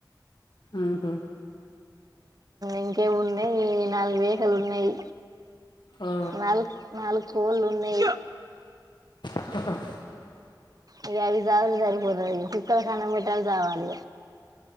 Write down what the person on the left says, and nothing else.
హమ్
ఆ
హా హా